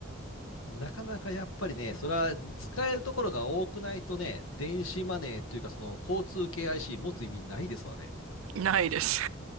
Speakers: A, on the left; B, on the right.
A: なかなかやっぱりね、それは使えるところが多くないとね、電子マネーっていうかその交通系 IC 持つ意味ないですわね。
B: ないです。